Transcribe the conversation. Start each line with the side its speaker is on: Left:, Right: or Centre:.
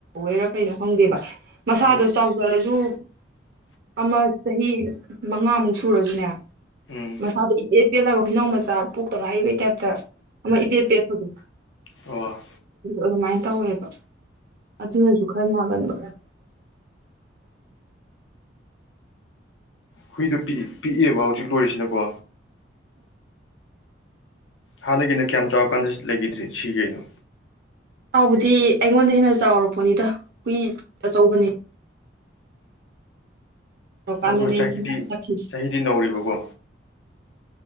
Right: ꯒꯦꯔꯥ ꯀꯩꯅꯣ ꯈꯪꯗꯦꯕ ꯃꯁꯥꯗꯣ
Left: ꯎꯝ
Right: ꯆꯥꯎꯖꯔꯁꯨ
Left: <inaudible>
Right: ꯑꯃ ꯆꯍꯤ ꯃꯉꯥꯃꯨꯛ ꯁꯨꯔꯁꯨꯅꯦ
Left: ꯎꯝ
Right: ꯃꯁꯥꯗꯣ ꯏꯇꯦꯠ ꯄꯦꯜꯂꯒ ꯍꯨꯏꯅꯥꯧ ꯃꯆꯥ ꯄꯣꯛꯇ ꯉꯥꯏꯔꯤꯕꯩ ꯇꯥꯏꯞꯇ ꯑꯃ ꯏꯄꯦ ꯏꯠꯇꯦꯊꯗ
Left: ꯑ
Right: ꯑꯗꯨꯃꯥꯏꯅ ꯇꯧꯋꯦꯕ ꯑꯗꯨꯅ ꯖꯨꯈꯔ ꯃꯥꯒꯗ
Left: ꯍꯨꯏꯗꯣ ꯄꯤ ꯄꯤꯛꯑꯦꯕ ꯍꯧꯖꯤꯛ ꯂꯣꯏꯔꯤꯁꯤꯅꯀꯣ ꯍꯥꯟꯅꯒꯤꯅꯣ ꯀꯌꯥꯝ ꯆꯥꯎꯔꯀꯥꯟꯗ ꯂꯩꯈꯤꯗ꯭ꯔꯤ ꯁꯤ ꯀꯩꯅꯣ
Right: ꯆꯥꯎꯕꯨꯗꯤ ꯑꯩꯉꯣꯟꯗ ꯍꯦꯟꯅ ꯆꯥꯎꯔꯛꯄꯅꯤꯗ ꯍꯨꯏ ꯑꯆꯧꯕꯅꯤ ꯇꯧꯔꯀꯥꯟꯗꯅꯦꯕ
Left: ꯑꯗ ꯆꯍꯤꯗꯤ
Right: ꯃꯥꯅ ꯆꯠꯈꯤꯁꯦ
Left: ꯆꯍꯤꯗꯤ ꯅꯧꯔꯤꯕꯀꯣ